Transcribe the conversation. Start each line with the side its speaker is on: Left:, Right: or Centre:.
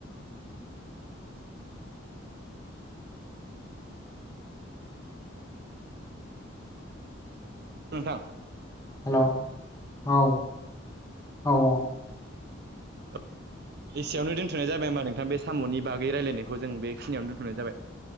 Right: नोंथां
Left: हेल' औ औ।
Right: ओ एसेयावनो दोन्थ'नाय जाबाय होमबा नोंथां बे साम'नि बागै रायजलायनायखौ जों बेखिनियावनो दोन्थ'नाय जाबाय।